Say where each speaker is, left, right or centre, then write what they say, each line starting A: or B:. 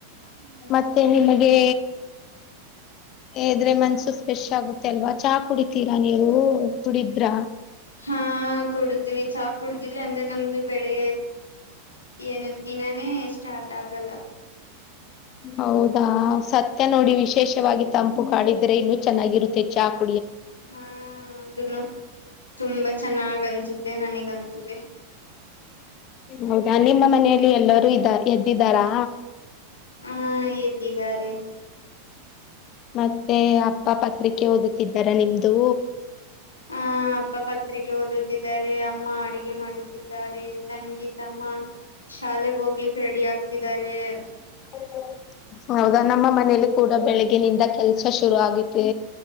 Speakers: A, on the left; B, on the left.
A: ಹ್ಮ್
B: ಮತ್ತೆ ನಿಮಗೇ. ಇದ್ರೆ ಮನ್ಸು ಫ್ರೆಶ್ ಆಗುತ್ತೆ ಅಲ್ವಾ ಚಾ ಕುಡಿತೀರಾ ನೀವು ಕುದುಡಿದ್ರ
A: ಹಾ ಕುಡತವಿ ಚಾ ಕುಡವಿ ಇಲ್ಲಅಂದ್ರೆ ನಮ್ದು ಬೆಳೆ ಏನ ದಿನಾನೇ ಸ್ಟಾರ್ಟ್ ಆಗಲ್ಲ
B: ಹೌದಾ ಸತ್ಯ ನೋಡಿ ವಿಶೇಷವಾಗಿ ತಂ ನೀವು ಕಾಡಿದ್ರೆ ಇನ್ನುೂ ಚೆನ್ನಾಗಿರುತ್ತೆ ಚಾಕ್
A: ಹಾ ಅದುನು ತುಂಬಾ ಚೆನ್ನಾಗ್ ಅನ್ಸುತ್ತೆ. ಅದೆ ನಂಗೆ ಅನ್ಸಿದೆ.
B: ಹೌದಾ ನಿಮ್ಮ ಮನೆಯಲ್ಲಿ ಎಲ್ಲರೂ ಇದ ಎದ್ದಿದ್ದಾರಾ
A: ಹಾ ಹೇಗಿದ್ದಾರೆ
B: ಮತ್ತೆ ಅಪ್ಪ ಪತ್ರಿಕೆ ಓದುತ್ತಿದ್ದಾರ ನಿಮ್ಮದೂ
A: ಹ ಅಪ್ಪ ಪತ್ರಿಕೆ ಓದುತ್ತಿದ್ದಾರೆ ಅಮ್ಮ ಅಡಿಗೆ ಮಾಡುತ್ತಿದ್ದಾರೆ ತಂಗಿ ತಮ್ಮ. ಶಾಲೆೆಗ್ ಹೋಗ್ಲಿಕ್ ರೆಡಿ ಆಗ್ ಹಾರೆ <inaudible>
B: ಹೌದ ಹೌದಾ ನಮ್ಮ ಮನೇಲಿ ಕೂಡ ಬೆಳಗಿನಿಂದ ಕೆಲಸ ಶುರು ಆಗುತ್ತೆ